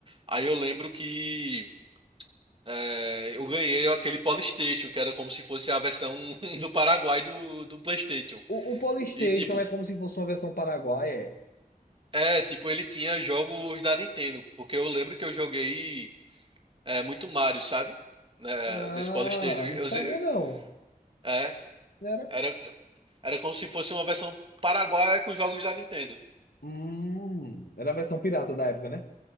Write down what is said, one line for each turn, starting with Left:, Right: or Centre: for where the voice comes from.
Right: Aí eu lembro que. é, eu ganhei aquele Polystation, que era como se fosse a versão <laughs> do Paraguai do, do PlayStation.
Left: O, o Polystation
Right: E tipo,
Left: é como se fosse uma versão paraguaia. é?
Right: É, tipo, ele tinha jogos da Nintendo, porque eu lembro que eu joguei é, muito Mario, sabe? Né,
Left: Ah,
Right: nesse Polystation. Eu,
Left: não sabia
Right: ze-
Left: não.
Right: é,
Left: Não Era?
Right: era, era como se fosse uma versão paraguaia com jogos da Nintendo.
Left: Hum, era a versão pirata da época, né?